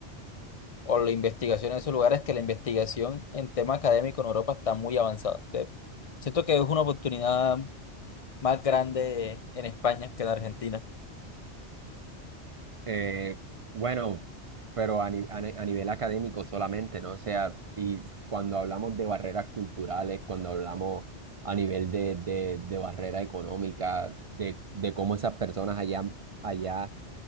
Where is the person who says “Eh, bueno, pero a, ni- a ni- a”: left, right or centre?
Right